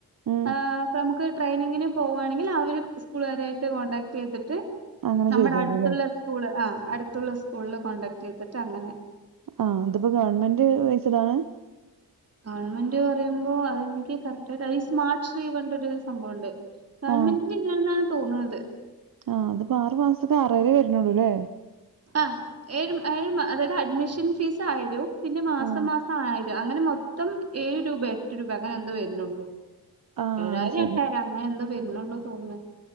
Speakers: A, on the right; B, on the right.
A: ഉം
B: ആഹ് അപ്പ നമ്മുക്ക് ട്രെയിനിങ്ങിന് പോവാണെങ്കിൽ അവര് സ്കൂളുകാരായിട്ട് കോണ്ടാക്ട് ചെയ്തിട്ട്
A: അങ്ങനെ
B: നമ്മടെ
A: ചെയ്തു തരൂല്ലേ
B: അടുത്തുള്ള സ്കൂള് ആഹ് അടുത്തുള്ള സ്കൂളില് കോണ്ടാക്ട് ചെയ്തിട്ട് അങ്ങനെ
A: ആഹ് അതിപ്പോ ഗവൺമെന്റ് വൈസ്ഡാണ്
B: ഗവൺമെന്റ് പറയുമ്പോ അതെനിക്ക് കറക്റ്റായിട്ട് അയ് സ്മാർട്ട് ശ്രീ പറഞ്ഞിട്ടൊരു സംഭവുണ്ട് ഗവൺമെന്റിന്റെ
A: ആഹ്
B: തന്നെയാണെന്നാണ് തോന്നണത്
A: ആഹ് അത്പ്പ ആറു മാസത്തെക്ക് ആറായിരേ വരണുള്ളൂല്ലേ
B: ആഹ് ഏഴ് ഏഴ് മ അതായത് അഡ്മിഷൻ ഫീസ് ആയിരോം പിന്നെ മാസം
A: ആഹ്
B: മാസം ആയിരം അങ്ങനെ മൊത്തം ഏഴ് രൂപ എട്ട് രൂപ അങ്ങനെ എന്തോ വര ന്നൊള്ളു
A: ആഹ്
B: എന്തായാലും
A: ശരി
B: എട്ടായിരം അങ്ങനെ എന്തോ വരുന്നുള്ളു തോന്ന്ണ്